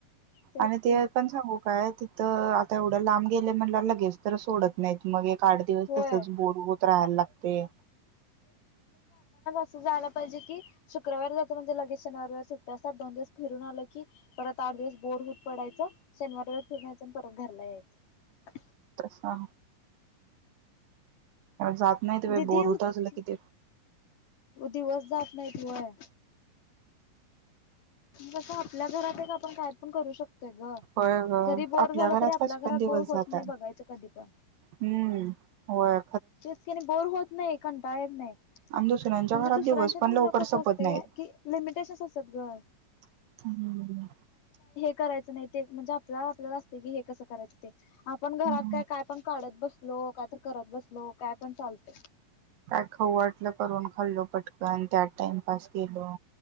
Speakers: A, on the left; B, on the right.
A: तेच
B: आणि ते
A: की
B: पण सांगू काय? तर आता एवढ्या लांब गेले म्हणल्या, लगेच तर सोडत नाहीत मग. काढदिवस
A: होय.
B: तसच बोड होत राहायला लागतय.
A: अस जायला पाहिजे की शुक्रवार जायच म्हणजे लगेच शनवार रयवार सुट्ट्या असतात दोन दिवस फिरून आलं की परत आठ दिवस बोर होत पडायचा शनवार रयवार फिरून यायच आणि परत घरला यायचं.
B: तसा जात नाही ते बई
A: दिदी
B: बोर
A: होती
B: होता अजुनला किती?
A: दिवस जात नाहीत व्हय तस आपल्या घरात एक आपण काय पण करू शक ग
B: होय ग,
A: जरी बोर झालं तरी आपल्या
B: पाच
A: घरात
B: पण दिवस
A: बोर होत
B: जातात
A: नाय बघायचं कधी पण
B: हम्म होय.
A: तेच की आणि बोर होत नाय कंटांळा येत नाय
B: आणि दुसऱ्यांच्या
A: म्हणजे
B: घरात
A: दुसऱ्यांनंच्यात
B: दिवस पण
A: गेल्यावर
B: लवकर
A: कस
B: संपत
A: असते
B: नाहीत.
A: की लिमिटेशनस असतात ग.
B: <unintelligible>
A: करायच नाही ते म्हणजे आपल्या आपल्याला असय क हे कसं करायचं ते आपण घरात
B: हम्म
A: काय काय पण काढत बसं बसलो का तर करत बसलो काय पण चालतय.
B: काय खाऊ वाटलं करून खाल्लो पटकन त्यात टाइमपास केलो.